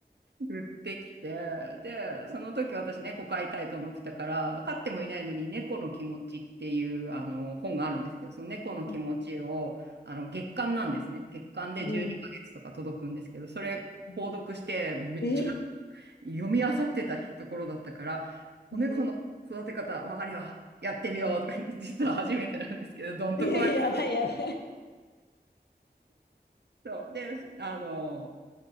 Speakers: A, on the right (about 80°); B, on the left (about 75°).
A: 売ってきて、で、その時私猫飼いたいと思ってたから、飼ってもいないのに猫の気持ちっていうあの本があるんですけど、その猫の気持ちをあの月間なんですね。
B: はい、
A: 月間で12ヶ月とか届くんですけど、
B: はい
A: それ購読してめっちゃ
B: ええ
A: 読み漁ってたところだったから、子猫の育て方わかるよ。
B: ー、え
A: やってみようとか言って、実は初めてなんですけど、どんとこい。
B: ー、えー、<laughs> やばいやばい。
A: そう。で、あの、